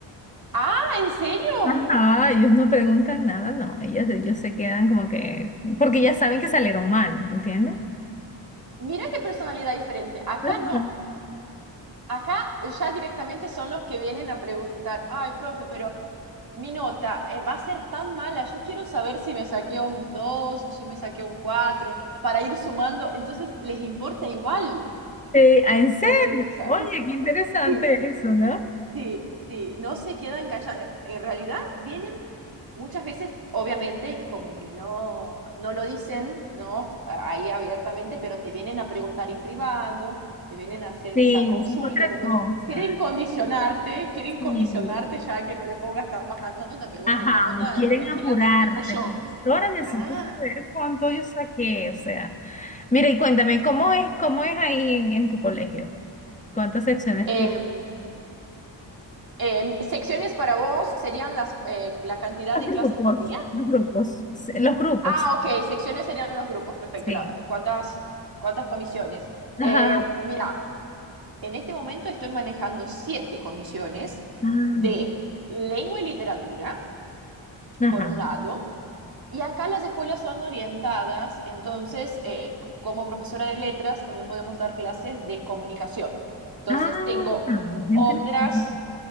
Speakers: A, on the right; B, on the left.
A: ah, ¿en serio?
B: Ajá, ellos no preguntan nada, no, ellos, ellos se quedan como que, porque ya saben que salieron mal, ¿entiendes?
A: Mira qué personalidad diferente. Acá
B: Ajá.
A: no. Acá ya directamente son los que vienen a preguntar, ay, profe, pero mi nota eh, va a ser tan mala, yo quiero saber si me saqué un 2 o si me saqué un 4 para ir sumando. Entonces, les importa igual.
B: Eh, ah, en serio,
A: Te- o sea,
B: oye,
A: <laughs>
B: qué interesante
A: sí.
B: eso, ¿no?
A: Sí, sí, no se quedan callados. En realidad vienen muchas veces, obviamente, como que no, no lo dicen, ¿no? Ahí abiertamente, pero te vienen a preguntar en privado, te vienen a hacer
B: Sí,
A: ya consultas,
B: eso es otra
A: entonces
B: cosa.
A: quieren condicionarte, quieren
B: Sí.
A: condicionarte ya a que no le pongas tan baja nota, pero
B: Ajá,
A: bueno, la nota
B: y quieren
A: no es
B: apurarte.
A: que la defino yo.
B: Profesora, necesito
A: Claro.
B: saber cuánto yo saqué. O sea, mira, y cuéntame, ¿cómo es, cómo es ahí en, en tu colegio? ¿Cuántas secciones
A: Eh,
B: tienes?
A: eh, secciones para vos serían las, eh, la cantidad
B: Los
A: de
B: grupos,
A: clases por día.
B: los grupos, sí, los grupos,
A: Ah, ok, secciones serían los grupos, perfecto.
B: sí.
A: la- ¿cuántas, cuántas comisiones? Eh,
B: Ajá,
A: mira, en este momento estoy manejando siete comisiones
B: ah,
A: de lengua y literatura,
B: ajá.
A: por un lado, y acá las escuelas son orientadas, entonces, eh, c- como profesora de letras, también podemos dar clases de comunicación. Entonces,
B: Ah,
A: tengo
B: qué
A: otras
B: interesante.